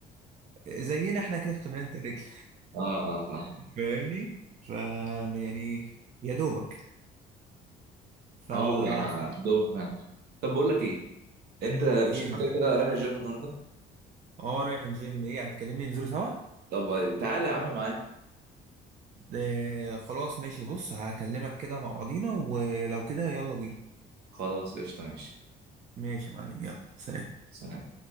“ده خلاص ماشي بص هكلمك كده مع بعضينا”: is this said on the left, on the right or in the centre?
Right